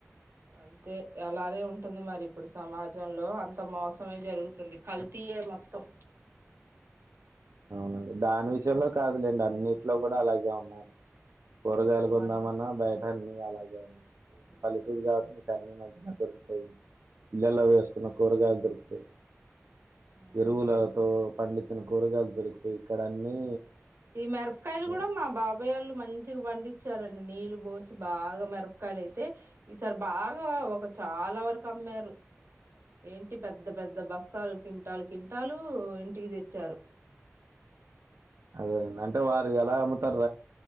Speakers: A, on the right (about 65°); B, on the right (about 80°).
A: అంతే అలానే ఉంటుంది మరి ఇప్పుడు సమాజంలో అంత మోసమే జరుగుతుంది కల్తీయే మొత్తం
B: అవునండి దాని విషయంలో కాదులేండి అన్నిట్లో కూడా అలాగే ఉన్నాయి కూరగాయలు
A: అవును
B: కొందామన్నా
A: అన్
B: బయట అన్ని అలాగే ఉన్నాయి
A: ఉమ్,
B: పలెటూరు గ మీ కనీ మంచ్ దొరుకుతయి ఇళ్లల్లో వేసుకున్న కూరగాయలు దొరుకుతయి
A: ఆ
B: ఎరువులతో పండి చిన కూరగాయలు దొరుకుతాయి ఇక్కడ అన్నీ
A: ఈ మిరపకాయలు కూడా
B: ఆ!
A: మా బాబయ్యోళ్ళు మంచిగా పండిచ్చారండి నీళ్ళు పోసి బాగా మిరపకాయలు అయితే ఈసారి బాగా ఒక చాలా వరకు అమ్మారు ఏంటి పెద్ద పెద్ద బస్తాలు కింటాలు కింటాలు ఇంటికి తెచ్చారు
B: అదేనండి అంటే వారు ఎలా అమ్ముతారు